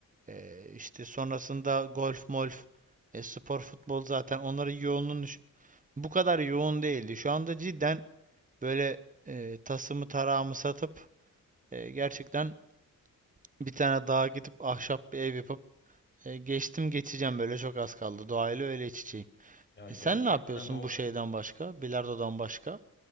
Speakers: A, on the right; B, on the left.
A: E, işte sonrasında golf, molf, e, spor, futbol zaten onların yoğunluğunu düşün. Bu kadar yoğun değildi. Şu anda cidden böyle e, tasımı tarağımı satıp e, gerçekten bir tane dağa gidip ahşap bir ev yapıp E, geçtim geçeceğim böyle çok az kaldı. Doğayla öyle iç içeyim.
B: Ya gerçekten
A: E, sen ne yapıyorsun
B: o
A: bu şeyden başka? Bilardo'dan başka?